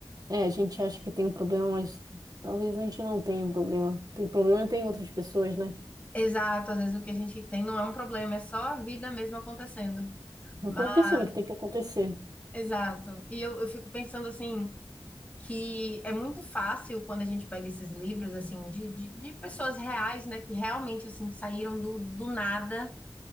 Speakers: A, on the right (about 45°); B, on the left (about 15°).
A: É, a gente acha que tem um problema, mas talvez a gente não tenha um problema. Tem problema tem outras pessoas, né?
B: Exato, às vezes o que a gente tem não é um problema, é só a vida mesmo acontecendo. Mas,
A: Acontecendo o que tem que acontecer.
B: exato. E eu, eu fico pensando assim, que é muito fácil quando a gente pega esses livros assim de, de, de pessoas reais, né, que realmente assim saíram do, do nada,